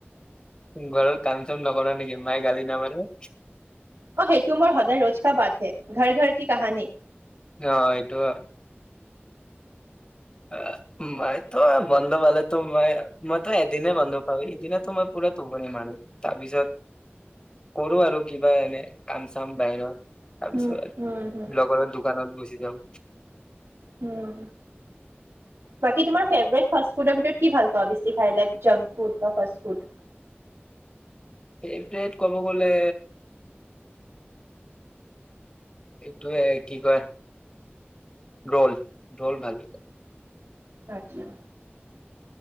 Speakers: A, on the left (about 25°); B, on the right (about 70°).
A: ঘৰৰ কাম চাম নকৰা নেকি মায়ে গালি নামাৰেে
B: অ সেইটো মোৰ সদায় ৰোজ ক বাত হে ঘৰ ঘৰ কি কাহানী
A: অ এইটো অ মই তো বন্ধ পালো মই মইতো এদিনা বন্ধ পাওঁ সেদিনা মই পুৰা টোপনি মাৰো তাৰপিছত কৰো আৰু কিবা এনে কাম চাম বাহিৰত তাৰপিছত
B: হুম হুম হুম
A: লগৰৰ দোকানত গুচি যাওঁ
B: হুম বাকী তোমাৰ ফেব্ৰৰেড ফাষ্ট ফুডৰ ভিতৰত কি ভাল পোৱা বেছি খাই লাইক জাংক ফুড বা ফ ফুড
A: ফেভৰেট ক'ব গলে এইটোৱে কি কয় ৰোল ৰোল ভাল লে
B: ৰাজিয়